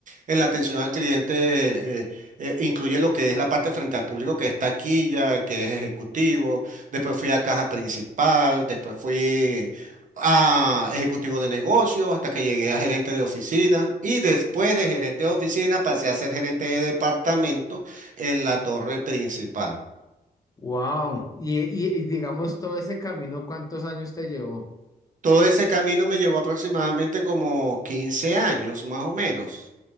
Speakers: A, on the right (about 50°); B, on the left (about 20°).
A: En la atención al cliente eh, eh, incluye lo que es la parte frente al público que es taquilla, que es ejecutivo. Después fui a caja principal, después fui a ejecutivo de negocio hasta que llegué a gerente de oficina y después de gerente de oficina pasé a ser gerente de departamento en la torre principal.
B: wow. Y, y, y digamos, todo ese camino, ¿cuántos años te llevó?
A: Todo ese camino me llevó aproximadamente como 15 años, más o menos.